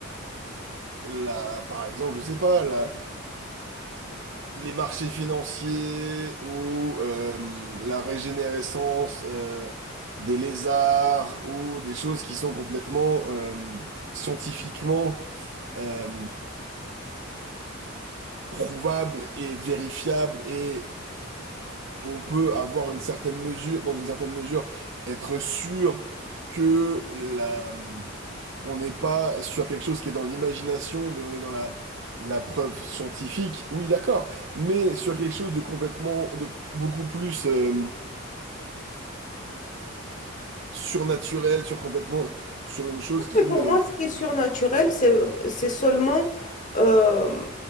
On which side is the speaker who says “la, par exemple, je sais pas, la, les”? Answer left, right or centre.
Right